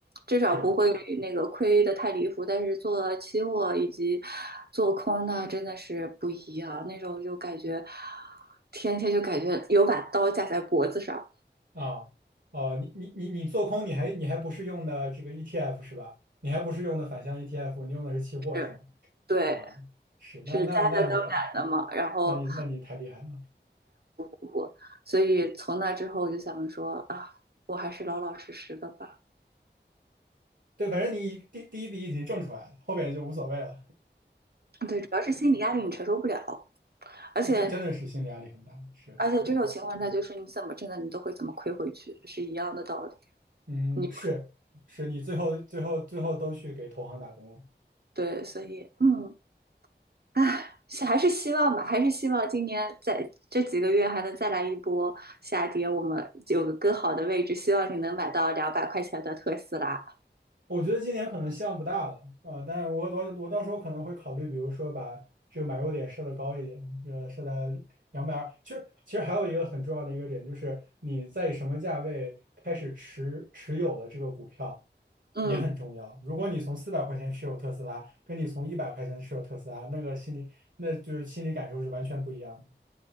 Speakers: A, on the right; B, on the right.
A: 至少不会那个亏的太离谱。
B: 是
A: 但是做期货以及做空呢，真的是不一样。那时候就感觉天天就感觉有把刀架在脖子上。
B: 啊，哦，你你你你做空，你还你还不是用的这个 ETF 是吧？你还不是用的反向 ETF，你用的是期货是吗？
A: 是，对，
B: 啊，是，那那那你
A: 是家的刚赶的嘛。然后
B: 那你那你太厉害了。
A: 我，所以从那之后我就想说啊，我还是老老实实的吧。
B: 对，反正你第第一笔已经挣出来了，后边就无所谓了。
A: 对，主要是心理压力你承受不了，而且
B: 这真真的是心理压力很大，是，
A: 而且这种情况下就是你怎么挣的你都会怎么亏回去，
B: 嗯。
A: 是一样的道理。
B: 嗯，
A: 你
B: 是是，你最后最后最后都去给投行打工了。
A: 对，所以嗯，唉。是还是希望吧，还是希望今年在这几个月还能再来一波下跌，我们有个更好的位置，希望你能买到两百块钱的特斯拉。
B: 我觉得今年可能希望不大了，呃，但是我我我到时候可能会考虑，比如说把这个买入点设的高一点，呃，设在两百二。其实其实还有一个很重要的一个点，就是你在什么价位开始持持有了这个股票
A: 嗯。
B: 也很重要。如果你从四百块钱持有特斯拉，跟你从一百块钱持有特斯拉，那个心理那就是心理感受是完全不一样的。